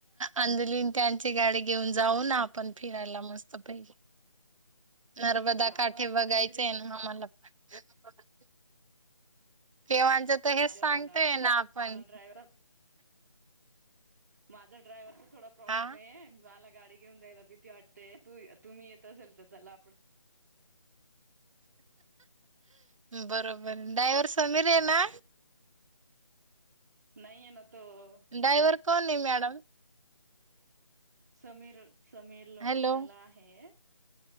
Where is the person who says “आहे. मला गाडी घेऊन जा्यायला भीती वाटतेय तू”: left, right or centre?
Right